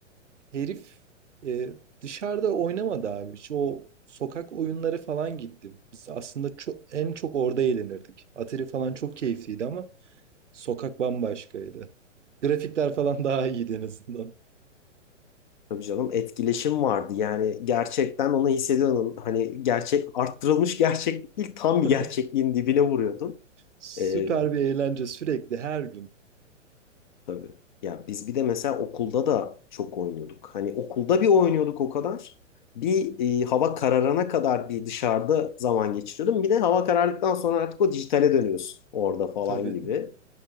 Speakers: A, on the right; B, on the left.
A: Herif e, dışarıda oynamadı abi. Şu o sokak oyunları falan gitti. Biz aslında ço- en çok orada eğlenirdik. Atari falan çok keyifliydi ama sokak bambaşkaydı. Grafikler falan daha iyiydi en azından.
B: Tabii canım etkileşim vardı yani gerçekten onu hissediyordun. Hani gerçek arttırılmış gerçeklik değil tam bir
A: <laughs>
B: gerçekliğin dibine vuruyordun.
A: Süper
B: Ee,
A: bir eğlence sürekli her gün.
B: Tabii. Ya biz bir de mesela okulda da çok oynuyorduk. Hani okulda bir oynuyorduk o kadar. Bir e, hava kararana kadar bir dışarıda zaman geçiriyordum. Bir de hava karardıktan sonra artık o dijitale dönüyorsun orada falan
A: Tabii.
B: gibi.